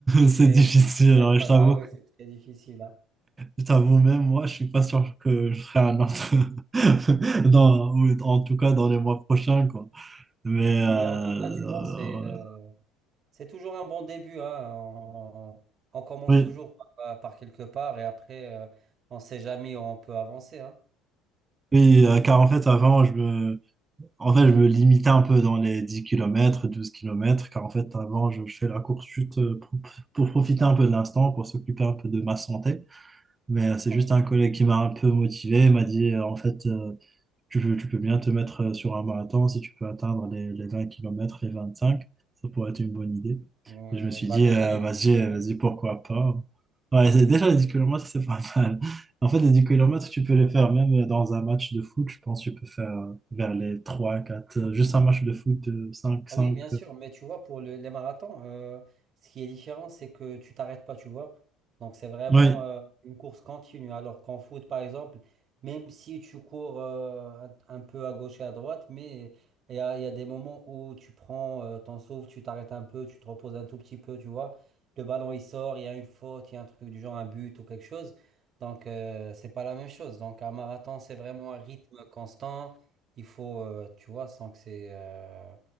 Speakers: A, on the right (about 25°); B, on the right (about 45°).
A: C'est
B: Et
A: difficile,
B: je vais
A: hein,
B: être
A: je t'avoue
B: là, oui, c'est très difficile. hein.
A: Je t'avoue, même moi, je suis pas sûr que je ferai un autre. <laughs> Dans, ou en tout cas, dans les mois prochains, quoi. Mais, euh,
B: Mais
A: euh,
B: en tout cas, tu vois, c'est, euh, C'est toujours un bon début, hein. On, on- on commence
A: oui,
B: toujours par, par quelque part et après, euh, on ne sait jamais où on peut avancer, hein.
A: oui, euh, car en fait, avant, je me, en fait, je me limitais un peu dans les 10 kilomètres 12 kilomètres car en fait, avant, je, fais la course chute pour, pour profiter un peu de l'instant, pour s'occuper un peu de ma santé. Mais euh, c'est
B: Ok.
A: juste un collègue qui m'a un peu motivé, il m'a dit, euh, en fait, euh, tu, tu peux bien te mettre euh, sur un marathon si tu peux atteindre les, les 20 km, les cinq Ça pourrait être une bonne idée.
B: Ouais,
A: Et je me suis
B: bah
A: dit,
B: déjà,
A: euh,
B: les
A: vas-y,
B: 10 kilomètres.
A: euh, vas-y, pourquoi pas. Ouais, c'est- déjà, les 10 kilomètres c'est pas mal. En fait, les 10 kilomètres tu peux les faire même euh, dans un match de foot. Je pense que tu peux faire euh, vers les 3 4 euh, juste un match de foot, euh, cinq
B: Ah
A: 5.
B: oui, bien sûr, mais tu vois, pour le- les marathons, euh, ce qui est différent, c'est que tu t'arrêtes pas, tu vois. Donc, c'est vraiment
A: Oui,
B: euh, une course continue. Alors qu'en foot, par exemple, même si tu cours euh, un, un peu à gauche et à droite, mais il y a, il y a des moments où tu prends euh, ton souffle, tu t'arrêtes un peu, tu te reposes un tout petit peu, tu vois. Le ballon, il sort, il y a une faute, il y a un truc du genre, un but ou quelque chose. Donc, euh, c'est pas la même chose. Donc, un marathon, c'est vraiment un rythme constant. Il faut, euh, tu vois, sans que c'est... euh,